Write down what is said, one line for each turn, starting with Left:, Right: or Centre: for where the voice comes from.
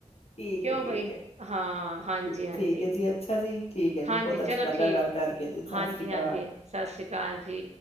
Left: ਠੀਕ
Right: ਕਿਓ
Left: ਹੈ ਠੀਕ
Right: ਬਈ,
Left: ਹੈ
Right: ਹਾਂ, ਹਾਂਜੀ
Left: ਠੀਕ
Right: ਹਾਂਜੀ
Left: ਹੈ ਜੀ, ਅੱਛਾ ਜੀ, ਠੀਕ ਹੈ ਜੀ,
Right: ਹਾਂਜੀ
Left: ਬਹੁਤ
Right: ਚਲੋ
Left: ਅੱਛਾ ਲੱਗਾ
Right: ਠੀਕ,
Left: ਗੱਲ ਕਰਕੇ ਜੀ, ਸਤਿ
Right: ਹਾਂਜੀ
Left: ਸ੍ਰੀ ਅਕਾਲ।
Right: ਹਾਂਜੀ ਸਤਿ ਸ੍ਰੀ ਅਕਾਲ ਜੀ